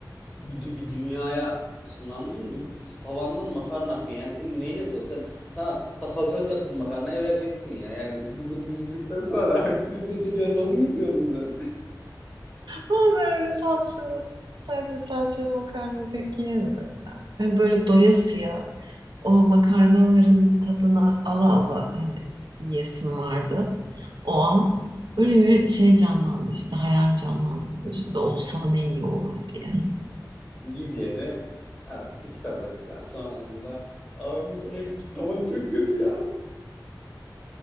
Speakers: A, in the centre; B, on the right.
A: bir, dü- bir dünyaya ışınlanmışsın. Dü- Tavandan makarna akıyor. Yani senin neyine sos? Sen sana sa- salçalayacaksın makarnayı vereceksin ya. Yani bu- bunu düşündükten sonra <laughs> bir de bir de, bir de, bir de sos mu istiyorsun sen?
B: Ama böyle salçalı, sadece salçalı makarnayı pek yiyemiyorum ya. Hani böyle doyasıya o makarnaların tadına ala ala hani yiyesim vardı o an. Öyle bir şey canlandı işte hayal canlandı gözümde olsa ne iyi olur diye.
A: Yiyeceğe de artık iki tabaktan sonrasında abi bu ev tavanı çok kötü ya.